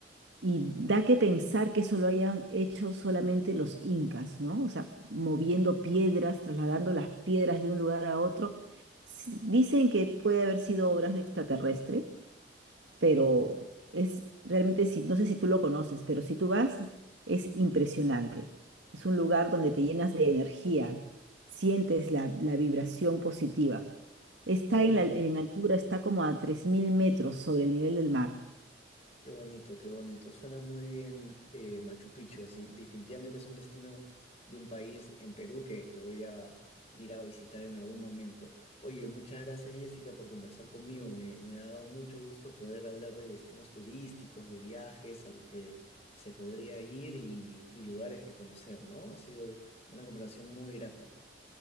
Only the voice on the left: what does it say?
Qué bonito.
Qué bonito, qué bonito. Suena muy bien eh, Machu Picchu. Es- definitivamente es un destino y un país en Perú que, que voy a ir a visitar en algún momento. Oye, muchas gracias Jessica por conversar conmigo. Me, me ha dado mucho gusto poder hablar de destinos turísticos, de viajes a los que se podría ir y, y lugares que conocer, ¿no? Ha sido una conversación muy grata.